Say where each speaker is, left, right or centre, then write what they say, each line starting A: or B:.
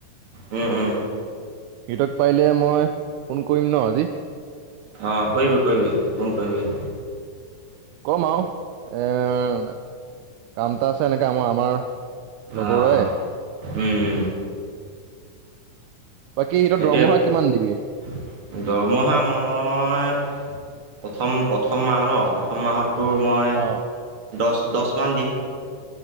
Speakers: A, on the right; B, on the right.
A: উম উম।
B: সিহঁতক পাৰিলে মই। ফোন কৰিম ন আজি
A: অ কৰিবি কৰিবি ফোন কৰিবি।
B: কম আৰু এৰ কাম এটা আছে এনেকা আমাৰ আমাৰ। লগৰৰে
A: আহ উম।
B: বাকী সিহঁতৰ
A: সেইটোৱে
B: দৰমহা কিমান দিবি
A: দৰমহা মই। প্ৰথম প্ৰথম মাহ নহ প্ৰথম মাহত তোৰ মই
B: অ
A: দহ। দহমান দিম